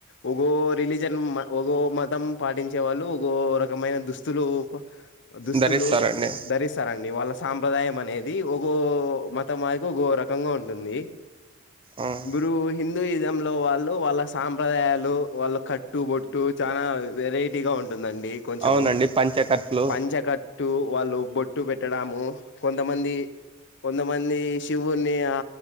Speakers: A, on the left; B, on the right.
A: ఒగో రిలీజన్ మతం పాటించే వాళ్ళు ఒో రకమైన దుస్తులు దుస్తులు
B: ధరిస్తారండి
A: ధరిస్తారండి వాళ్ళ సాంప్రదాయం అనేది ఒకో మతం మాదికి ఒకో రకంగా ఉంటుంది
B: అవును.
A: ఇప్పురు హిందూయిజం వాల వాళ్ళ సాంప్రదాయాలు వాళ్ళ కట్టు బొట్టు చానా వెరైటీ గా ఉంట ఉంటుందండి కొంచెము
B: అవునండి పంచకట్లు
A: పంచకట్టు వాళ్ళు బొట్టు పెట్టడము కొంతమంది కొంతమంది శివుని ఆ